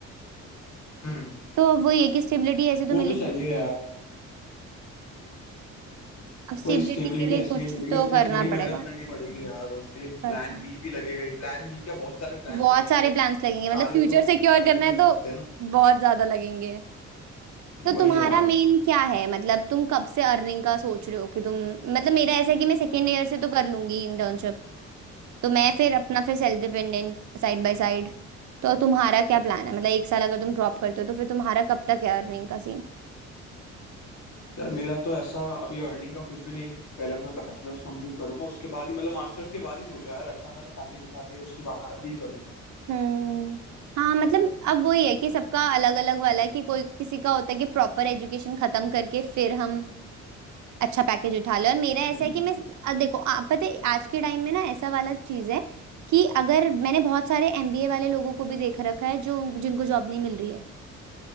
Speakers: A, on the left; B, on the right.
A: हम्म
B: तो अब वो ये कि स्टेबिलिटी ऐसे तो
A: वो
B: मिलेगी
A: तो चाहिए
B: ना,
A: यार
B: अब स्टेबिलिटी
A: वही स्टेबिलिटी
B: के लिए
A: ऐसे
B: कुछ
A: नहीं मिलेगी
B: तो
A: उसके
B: करना
A: लिए थोड़ी मेहनत
B: पड़ेगा
A: करनी पड़ेगी यार और उसके लिए
B: सच
A: प्लान
B: में
A: बी भी लगेगा ही प्लान बी क्या बहुत सारे प्लान्स
B: बहुत
A: लगेंगे
B: सारे प्लान्स लगेंगे मतलब
A: सारे
B: फ्यूचर
A: तो
B: सिक्योर
A: सही
B: करना
A: नहीं
B: है
A: हो
B: तो
A: सकते ना
B: बहुत ज्यादा लगेंगे तो
A: वही
B: तुम्हारा
A: यार
B: मेन क्या है मतलब तुम कब से अर्निंग का सोच रहे हो कि तुम मतलब मेरा ऐसा है कि मैं सेकेंड ईयर से तो कर लूंगी इंटर्नशिप तो मैं फिर अपना फिर self dependent side by side तो तुम्हारा क्या प्लान है मतलब एक साल अगर तुम ड्रॉप करते हो तो फिर तुम्हारा कब तक है अर्निंग का सीन
A: यार मेरा तो ऐसा अभी अर्निंग का कुछ भी नहीं है पहले अपना बैचलर्स कंप्लीट करूंगा उसके बाद ही मतलब मास्टर्स के बाद ही सोचा है यार अच्छा खासा पैकेज उठा के उसके बाद ही करूंगा
B: हम्म हाँ मतलब अब वही है कि सबका अलग अलग वाला है कि कोई किसी का होता है कि प्रॉपर एजुकेशन खत्म करके फिर हम अच्छा पैकेज उठा ले और मेरा ऐसा
A: हम्म
B: है कि मैं अ, देखो आप पता है आज के टाइम में ना ऐसा वाला चीज है कि अगर मैंने बहुत सारे एमबीए वाले लोगों को भी देख रखा है जो जिनको जॉब नहीं मिल रही है